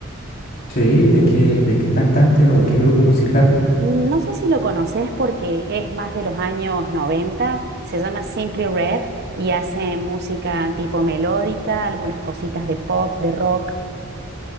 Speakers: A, on the left (about 50°); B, on the right (about 50°).
A: Sí, ¿de qué, de qué cantante o qué grupo musical?
B: Mm, No sé si lo conoces porque es más de los años 90. se llama Simply Red y hace música tipo melódica, algunas cositas de pop, de rock.